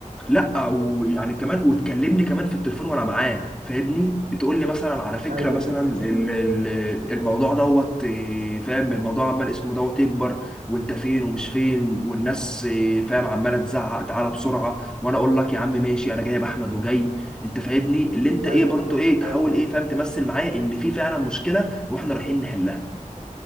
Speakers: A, in the centre; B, on the right.
A: لا ويعني كمان وتكلمني كمان في التليفون وانا معاه فاهمني تقول لي مثلا على فكره
B: ايوه
A: مثلا ال- ال- الموضوع دوت إيه، فاهم الموضوع عمال اسمه دوت يكبر وانت فين ومش فين والناس إيه، فاهم عماله تزعق تعالى بسرعه وانا اقول لك يا عم ماشي انا جايب احمد وجاي انت فاهمني اللي انت ايه
B: ايوه
A: برضو ايه تحاول
B: ايوه
A: ايه فاهم تمثل معايا ان في فعلا مشكله واحنا رايحين نحلها